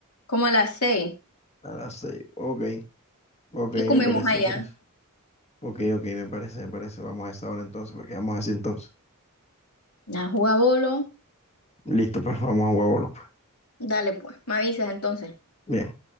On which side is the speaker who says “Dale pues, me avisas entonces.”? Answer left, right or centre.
Left